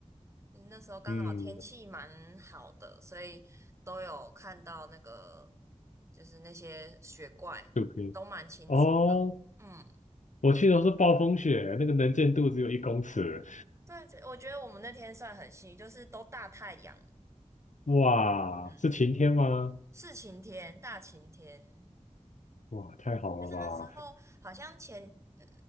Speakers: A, on the right; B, on the left.
A: 嗯那时候刚好天气蛮好的，
B: <laughs> 嗯，
A: 所以都有看到那个，就是那些雪怪都蛮清楚的。
B: 树冰。哦，
A: 嗯，
B: 我去的是暴风雪，那个能见度只有一公尺。
A: 嗯对，我觉得我们那天算很幸运，就是都大太阳，
B: 哇，
A: 嗯，
B: 是晴天吗？
A: 是晴天，大晴天。
B: 哇，太好了吧！
A: 就是那时候好像前呃